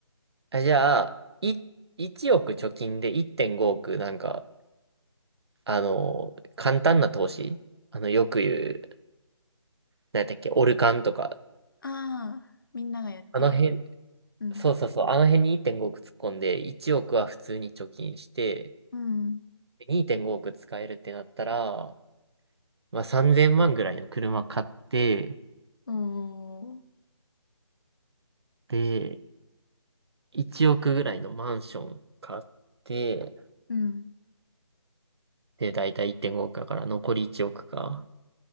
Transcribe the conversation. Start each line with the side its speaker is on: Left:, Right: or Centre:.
Right: あ、じゃあ、い、1億貯金で1.5億、なんか、あの、簡単な投資あの、よく言う、何やったっけ、オルカンとか。
Left: ああ、みんながやってるよ
Right: あの辺、
Left: うな。
Right: そうそうそう、あの辺に1.5億突っ込んで、1億は普通に貯金して、
Left: うん。
Right: で2.5億使えるってなったら、まあ3000万ぐらいの車買って、
Left: うん。おー。
Right: で、1億ぐらいのマンション買って、
Left: うん。
Right: で、だいたい1.5億だから残り1億か。